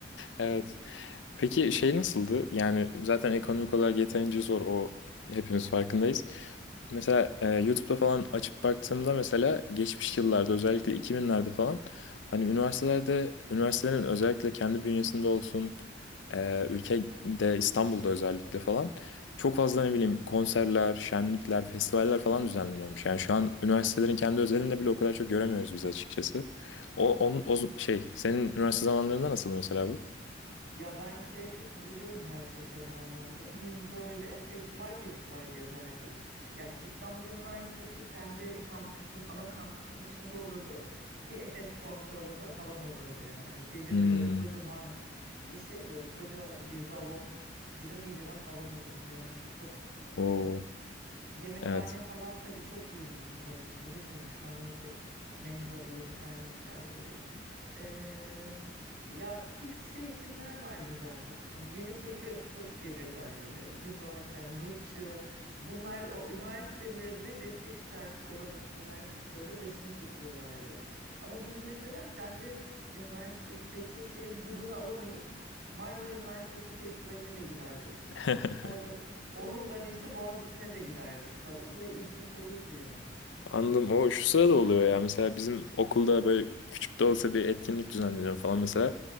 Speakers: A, on the left; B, on the right.
A: Evet. Peki şey nasıldı? Yani zaten ekonomik olarak yeterince zor o hepimiz farkındayız. Mesela e, YouTube'da falan açıp baktığımda mesela geçmiş yıllarda özellikle 2000'lerde falan hani üniversitelerde üniversitelerin özellikle kendi bünyesinde olsun e, ülkede İstanbul'da özellikle falan çok fazla ne bileyim konserler, şenlikler, festivaller falan düzenleniyormuş. Yani şu an üniversitelerin kendi özelinde bile o kadar çok göremiyoruz biz açıkçası. O, onun, o z- şey senin üniversite zamanlarında nasıldı mesela bu?
B: ya ben şeye çok üzülüyorum gerçekten o anlamda. Biz böyle festival festival gezerdik. Yani İstanbul Üniversitesi kendi kampüsün, ana kampüsün içinde olurdu ki Efes sponsorluğunda falan olurdu yani. Hani gelirdi
A: Hmm,
B: böyle kocaman bir şey böyle koca bir galon bira 1 lira falan olurdu yani. Hani çok
A: o
B: hani yemekhane
A: evet.
B: falan tabii çok iyiydi bizim dönemimizde. Bilmiyorum şu an nasıl menza ve yemekhane hikayeleri. Eee, ya fix şey isimler vardı zaten. Hani yeni türkü çok gelirdi her yere. Gün doğarken, grupçı. Bunlar o üniversitelerle destek içerisinde olan isimler böyle başını çekiyorlardı. Ama biz mesela kendi üniversitedeki şeyin hızını alamayıp Marmara Üniversitesi'nin festivaline de giderdik.
A: <laughs>
B: Oradan <laughs> oradan işte Boğaziçi'ne de giderdik falan. Böyle ilginç olurdu yani.
A: Anladım. O şu sırada oluyor ya. Mesela bizim okulda böyle küçük de olsa bir etkinlik düzenleniyor falan mesela.